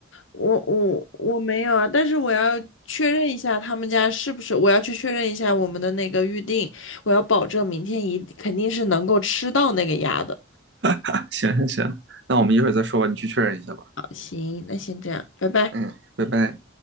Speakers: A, on the left; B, on the right.
A: 我我我没有啊，但是我要确认一下他们家是不是，我要去确认一下我们的那个预定，我要保证明天一肯定是能够吃到那个鸭的。
B: <laughs> 行行行，那我们一会儿再说吧，你去确认一下吧。
A: 好，行，那先这样，拜拜。
B: 嗯，拜拜。